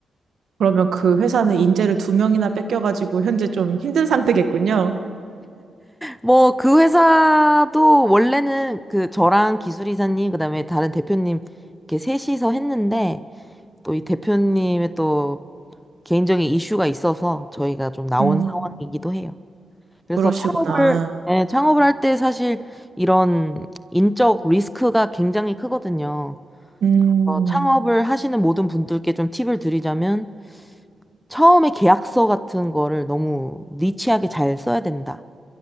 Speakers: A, on the right (about 70°); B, in the centre.
A: 그러면 그 회사는 인재를 두 명이나 뺏겨가지고 현재 좀 힘든 상태겠군요.
B: 뭐 그 회사도 원래는 그 저랑 기술 이사님 그다음에 다른 대표님 이렇게 셋이서 했는데 또 이 대표님의 또 개인적인 이슈가 있어서 저희가 좀 나온
A: 음,
B: 상황이기도 해요. 그래서
A: 그러시구나.
B: 창업을, 예, 창업을 할 때 사실 이런 인적 리스크가 굉장히 크거든요.
A: 음.
B: 그래서 창업을 하시는 모든 분들께 좀 팁을 드리자면, 처음에 계약서 같은 거를 너무 니치하게 잘 써야 된다.